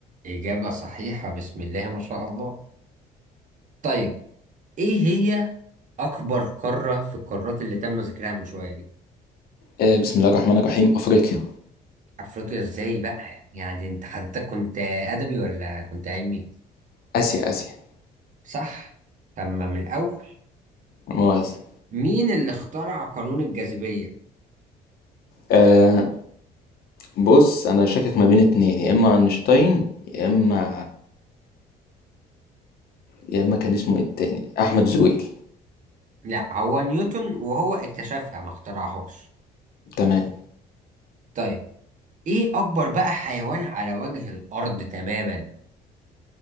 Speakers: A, on the right; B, on the left.
A: اجابة صحيحة بسم الله ما شاء الله طيب ايه هي اكبر قاره في القارات اللي تم ذكرها من شويه دي
B: آه، بسم الله الرحمن الرحيم أفريقيا
A: افريقيا ازاي بقى يعني انت حضرتك كنت ادبي ولا كنت علمي
B: آسيا آسيا
A: صح طب ما من الاول
B: لا مؤاخذة
A: مين اللي اخترع قانون الجاذبيه
B: آه، بص أنا شاكك ما بين اتنين يا إما أينشتاين يا إما يا إما كان اسمه إيه التاني أحمد زويل
A: لا هو نيوتن وهو اكتشفها ما اخترعهاش
B: تمام
A: طيب ايه اكبر بقى حيوان على وجه الارض تماما